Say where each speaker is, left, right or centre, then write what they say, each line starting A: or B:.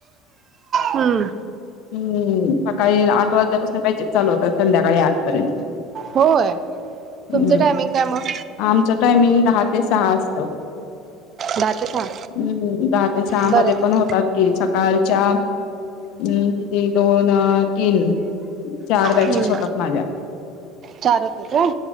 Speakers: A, on the right (about 45°); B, on the left (about 65°).
A: हम्म
B: हम्म सकाळी आठ वाजल्यापासून बॅचेस चालू होतात, संध्याकाळी आठ पर्यंत.
A: होय
B: हम्
A: तुमचं टायमिंग काय मग?
B: आमचं टायमिंग दहा ते सहा असतं.
A: दहा ते सहा.
B: हम् दहा ते सहा
A: बरं
B: मध्ये
A: आहे मग.
B: पण होतात, कि सकाळच्या हम् ते <unintelligible> चार बॅचेस
A: हम्म
B: होतात माझ्या,
A: चार होते काय?